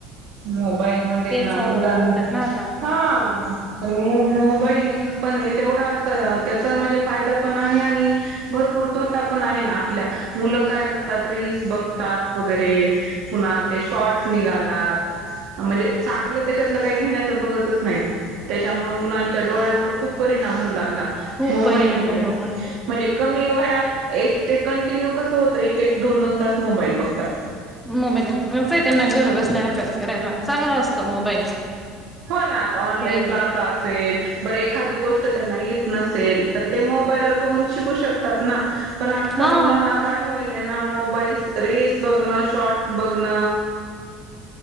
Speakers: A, on the right (about 70°); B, in the centre.
A: मोबाईल मध्ये
B: तेच
A: ना मुलां
B: बघतात ना आता
A: हा- आणि मोबाईल पण तेवढा अस त्याचा म्हणजे फायदा पण आहे आणि भरपूर- तोटा पण आहे ना आपल्या मुलं काय करतात रीलस बघतात वगैरे- पुन्हा ते शॉर्ट्स निघालात. म्हणजे चांगलं त्याच्यातलं काही घेण्याचं बघतच नाही. त्याच्यामुळे मुलांच्या डोळ्यांवर खूप परिणाम होऊ लागला,
B: खूप
A: मोबाईलमुळे-
B: परिणाम हो बघा
A: म्हणजे कमी वयात एक ते कंटिन्यू कसं होतंय, एक एक दोन दोन तास मोबाईल बघतात.
B: मोबाईलात कळते त्यांना घर बसल्या अभ्यास करायला चांगला असतो मोबाईल.
A: हो ना आता ऑनलाईन
B: ते
A: क्लास असे बर एखाद- ते गोष्ट त्यांना येत नसेल तर ते मोबाईलवर बघुन शिकू- शिकू शकतात ना, पण आजकाल
B: हा
A: मुलांना काय ह्यायलाय ना मोबाईल फक्त- रीलस बघण, शॉर्ट बघण.